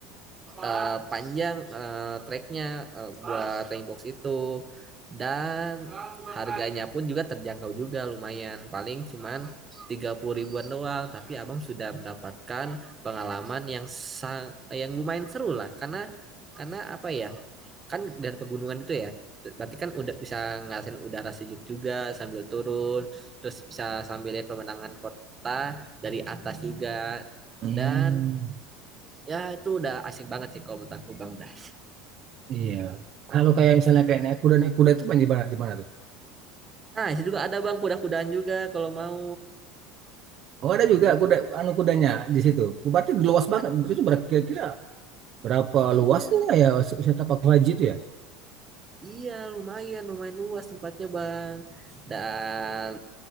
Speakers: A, on the right (about 20°); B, on the right (about 45°).
A: eh, panjang eh, treknya eh, buat training box itu dan harganya pun juga terjangkau juga lumayan, paling cuman 30 ribuan doang, tapi abang sudah mendapatkan pengalaman yang sang, yang lumayan seru lah karena karena apa ya kan dari pegunungan itu ya berarti kan udah bisa ngerasain udara sejuk juga sambil turun terus bisa sambil lihat pemandangan kota dari atas juga
B: Hmm,
A: dan ya itu udah asik banget sih kalau menurut aku Bang Dah.
B: iya. Kalau kayak misalnya kayak naik kuda, naik kuda itu di mana, di mana tuh?
A: Nah, itu juga ada Bang kuda-kudaan juga kalau mau.
B: Oh ada juga
A: Jadi
B: kuda,
A: tuh
B: anu kudanya di situ. Berarti luas banget,
A: ad-
B: itu berkira-kira Berapa
A: iya,
B: luasnya ya wisata Pak Haji itu ya?
A: iya lumayan lumayan luas tempatnya Bang. Dan